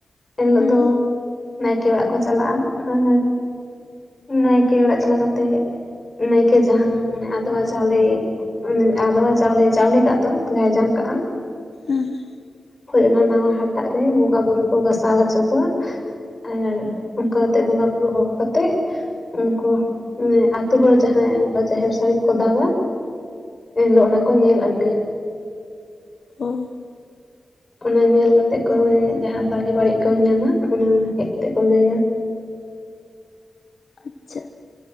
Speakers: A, on the left; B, on the left.
A: ᱮᱱᱦᱤᱞᱳᱜ
B: ᱦᱩᱸ
A: ᱫᱚ ᱱᱟᱭᱠᱮ ᱚᱲᱟᱜ ᱠᱚ ᱪᱟᱞᱟᱜ-ᱟ, ᱟᱨ ᱱᱟᱭᱠᱮ ᱚᱲᱟᱜ ᱪᱟᱞᱟᱣ ᱠᱟᱛᱮᱜ ᱱᱟᱭᱠᱮ ᱡᱟᱦᱟᱸ ᱢᱟᱱᱮ ᱟᱫᱣᱟ ᱪᱟᱣᱞᱮ ᱩᱱᱤ ᱟᱫᱚᱣᱟ ᱪᱟᱣᱞᱮ ᱪᱟᱣᱞᱮ ᱠᱟᱜ ᱫᱚ, ᱡᱟᱦᱟᱸᱭ ᱡᱟᱝ ᱠᱟᱜ-ᱟ ᱾
B: ᱦᱩᱸ ᱾
A: ᱠᱷᱚᱡ ᱚᱱᱟ ᱱᱟᱣᱟ ᱦᱟᱴᱟᱜ ᱨᱮ ᱵᱚᱸᱜᱟ ᱵᱩᱨᱩ ᱠᱚ ᱜᱟᱥᱟᱣ ᱦᱚᱪᱚ ᱠᱚᱣᱟ ᱾ ᱟᱨ ᱚᱱᱠᱟ ᱠᱟᱛᱮ ᱵᱚᱸᱜᱟ ᱵᱩᱨᱩ ᱦᱚᱦᱚ ᱠᱟᱛᱮᱜ ᱩᱱᱠᱩ ᱢᱟᱱᱮ ᱟᱹᱛᱩ ᱦᱚᱲ ᱡᱟᱦᱟᱸᱭ ᱡᱟᱦᱮᱨ ᱥᱟᱹᱲᱤᱢᱠᱚ ᱫᱟᱵᱟ ᱮᱱᱦᱤᱞᱳᱜ ᱚᱱᱟ ᱠᱚ ᱧᱮᱞ ᱟᱹᱜᱩᱭᱟ ᱾
B: ᱦᱩᱸ ᱾
A: ᱚᱱᱟ ᱧᱮᱞ ᱠᱟᱛᱮᱜ ᱠᱚ ᱢᱟᱱᱮ ᱡᱟᱦᱟᱸ ᱵᱷᱟᱜᱤ ᱵᱟᱹᱲᱤᱡ ᱠᱚ ᱧᱟᱢᱟ, ᱚᱱᱟ ᱦᱮᱡ ᱠᱟᱛᱮᱜ ᱠᱚ ᱞᱟᱹᱭᱟ ᱾
B: ᱟᱪᱪᱷᱟ᱾